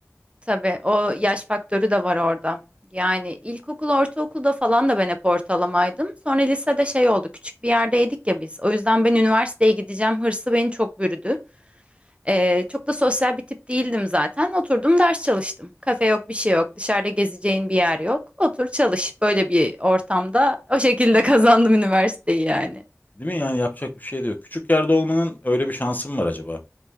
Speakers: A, on the right; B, on the left.
A: Tabii o yaş faktörü de var orada. Yani ilkokul, ortaokulda falan da ben hep ortalamaydım. Sonra lisede şey oldu, küçük bir yerdeydik ya biz. O yüzden ben üniversiteye gideceğim hırsı beni çok bürüdü. Ee, çok da sosyal bir tip değildim zaten. Oturdum ders çalıştım. Kafe yok, bir şey yok. Dışarıda gezeceğin bir yer yok. Otur çalış. Böyle bir ortamda o şekilde <laughs> kazandım üniversiteyi yani.
B: Değil mi? Yani yapacak bir şey de yok. Küçük yerde olmanın öyle bir şansım var acaba?